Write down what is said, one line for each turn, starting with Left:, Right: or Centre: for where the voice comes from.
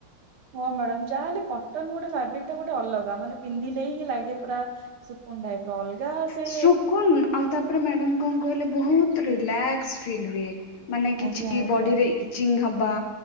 Right: ହଁ ମ୍ୟାଡାମ ଯାହାହେଲେ କଟନ ଗୋଟେ ଫାବ୍ରିକ ଟା ଗୋଟେ ଅଲଗା ମାନେ ପିନ୍ଧିଲେ ହିଁ ଲାଗେ ପୁରା ସୁକୁନ୍ ଟାଇପର ଅଲଗା ସେ
Left: ସୁକୁନ ଆଉ ତାପରେ ମ୍ୟାଡାମ କଣ କହିଲେ ବହୁତ ରିଲାକ୍ସ ଫିଲ୍ ହୁଏ ମାନେ କିଛି
Right: ଆଜ୍ଞା ଆଜ୍ଞା
Left: ବଡିରେ ଇଚିଙ୍ଗ ହବା